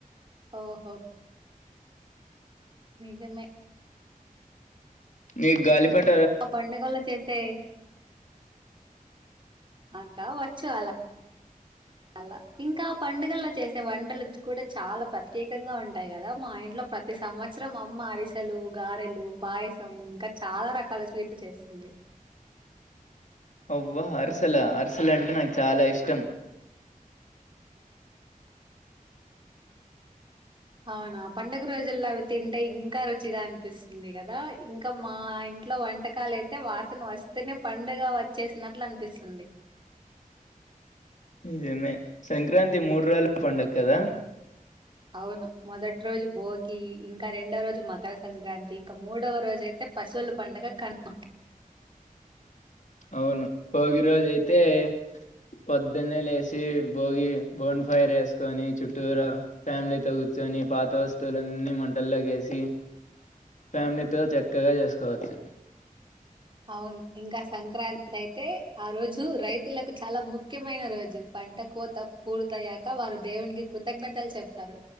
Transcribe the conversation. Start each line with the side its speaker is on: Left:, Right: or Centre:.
Right: ఓహో నిజమే
Left: నీకు గాలి పట్టం
Right: ఆ పండుగళ్ల చేసే అక్క వచ్చు అలా అలా ఇంకా పండుగల్లో చేసే వం కూడా చాలా ప్రత్యేక వంగా ఉంటాయి కదా మా ఇంట్లో ప్రతి సంవత్స త్సరం అమ్మ అరిసెలు గారెలు పాయసం కట్ చాలా రకాల స్వీట్లు చేస్తుంది
Left: అవ్వా అరిసెల అరిసెలు అంటే నాకు చాలా ఇష్టం
Right: అవునా పండుగ రోజుల్లో అవి తింటే ఇంకా రుచిగా అనిపిస్తుంది కదా ఇంకా మా ఇంట్లో వంటకాలు అయితే వాసన వస్తూనే పండుగ వచ్చేసినట్లు అనిపిస్తుంది
Left: నిజమే సంక్రాంతి మూడు రోజుల పండుగ కదా
Right: అవును మొదటి రోజు బోగి కి ఇంకా రెండవ రోజు మకర సంక్రాంతి ఇంకా మూడవ రోజు అయితే పశువుల పండగ కనుమ
Left: అవును భోగి రోజయితే పొద్దున్నే లేసి భోగి బోన్ ఫైర్ వేసుకొని చుట్టూర ఫ్యామిలీతో కూర్చొని పాత వస్తువులన్నీ మంటల్లోకి వేసి ఫ్యామిలీతో చక్కగా చేసుకోవచ్చు
Right: అవును ఇంకా సంక్రాంతి అయితే ఆ రోజు రైతులకు చాలా ముఖ్యమైన రోజు పంట కోత పూర్త అయ్యాక వారు దేవునికి కృతజ్ఞతలు చెప్తారు